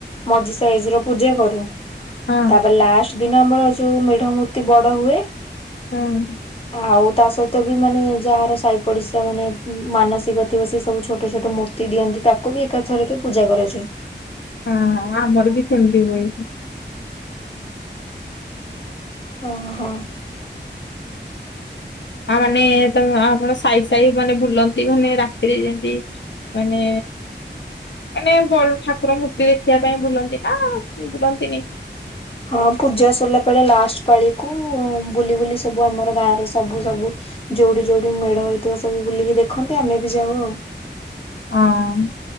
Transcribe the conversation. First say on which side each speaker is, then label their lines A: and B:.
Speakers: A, on the left; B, on the left.
A: ମଝି ସାଇଜ ର ପୂଜା କରୁ
B: ହଁ
A: ତାପରେ ଲାଷ୍ ଦି ନମ୍ବର ଯୋଉ ମେଢ ମୂର୍ତ୍ତି ବଡ ହୁଏ।
B: ହୁଁ।
A: ଆଉ ତା ସହିତ ବି ମାନେ ଯାହାର ସାଇ ପଡିଶା ମାନେ ମାନସିକ ଥିବ ସେ ସବୁ ଛୋଟ ଛୋଟ ମୂ ତି ଦିଅନ୍ତି ତାକୁ ବି ଏକାଥରକେ ପୂଜା କରାଯାଏ।
B: ହଁ ଅଁ ଆମର ବି ସେମିତି ହୁଏ।
A: ଓହୋ।
B: ଆ ମାନେ ତମ ଆପଣ ସାଇ ସାଇ ମାନେ ବୁଲନ୍ତି ମାନେ ରାତିରେ ଯେମତି ମାନେ ମାନେ ବଡ ଠାକୁର ମୂର୍ତ୍ତି ଦେଖିବା ପାଇଁ ବୁଲନ୍ତି ନା ବୁଲନ୍ତିନି।
A: ହଁ ପୂଜା ସରିଲା ପାଳିଆ ଲାଷ୍ଟ ପାଳିକୁ ବୁଲି ବୁଲି ସବୁ ଆମର ଗାଁରେ ସବୁ ସବୁ ଯୋଉଠି ଯୋଉଠି ମେଢ ହେଇଥିବ ସବୁ ବୁଲିକି ଦେଖନ୍ତି ଆମେ ବି ଯାଉ ଆଉ।
B: ଅଁ